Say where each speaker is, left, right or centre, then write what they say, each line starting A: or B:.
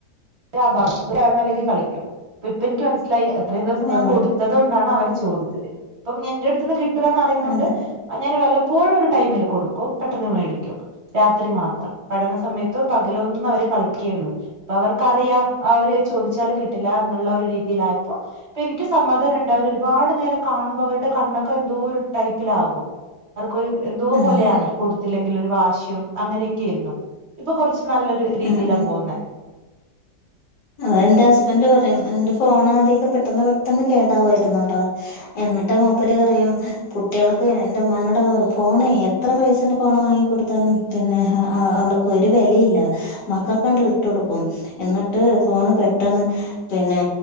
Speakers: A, on the right; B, on the left.
A: ആ ഭാഗത്ത്‌ അല്ലെങ്കിൽ കളി ക്കും ഇപ്പ എനിക്ക് മനസ്സിലായി അത്രയും ദെവസം
B: ഓ
A: ഞാൻ കൊട് കിട്ടാത്തോണ്ടാണ് അവര് ചോദിച്ചത് അപ്പം എന്റെ അടുത്ത്ന്ന് കിട്ടൂലന്നറിയുന്നതുകൊണ്ട്
B: അതെ
A: - ഞാൻ വല്ലപ്പോഴും ഒരു ടൈമില് കൊടുക്കും പെട്ടെന്ന് മേടിക്കും രാത്രി മാത്രം പഠന സമയത്തോ പകലൊന്നും അവര് കളിക്കെയുള്ളൂ അപ്പ അവർക്കറിയാം അവര് ചോദിച്ചാല് കിട്ടില്ലയെന്നുള്ള ഒരു രീതിയിലായപ്പോ ഇപ്പൊ എനിക്ക് സമാധാനമുണ്ട് അവര് ഒരുപാട് നേരം കാണുമ്പോ അവരുടെ കണ്ണൊക്കെ എന്തോ ഒരു ടൈപ്പിലാകും അവർക്കൊരു എന്തോ
B: ആഹ്
A: പോലെയാണ് കൊടുത്തില്ലെങ്കില് ഒരു വാശിയും അങ്ങനെക്കെയിരുന്നു ഇപ്പൊ കൊറച്ച് നല്ലൊരു രീതിയിലാ
B: ആഹ്
A: പോവുന്നേ
B: ആ എന്റെ ഹസ്ബൻറ് പറയും എന്റെ ഫോണ് ആദ്യക്കെ പെട്ടെന്ന് പെട്ടെന്ന് കേടാവായിരുന്ന്ട്ടോ എന്നിട്ടാ മൂപ്പര് പറയും- കുട്ടികൾക്ക് എന്റെ ഉമ്മാനോട് അത് പറയും ഫോണേ എത്ര പൈസന്റെ ഫോണ് വാങ്ങി കൊടുത്താലും- പിന്നെ ആഹ് ആ അവൾക്ക് ഒരു വെലില്ല മകക്കാണ്ട് വിട്ട് കൊടുക്കും എന്ന്- എന്നിട്ട് ഫോണ് പെട്ടെന്ന്- പിന്നെ